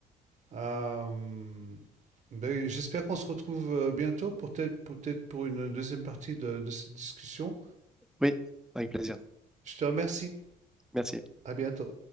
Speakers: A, on the right; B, in the centre.
A: Euh, ben, j'espère qu'on se retrouve euh, bientôt, pour peut-être, peut-être pour une deuxième partie de, de cette discussion.
B: oui, avec plaisir.
A: Je te remercie.
B: Merci.
A: À bientôt.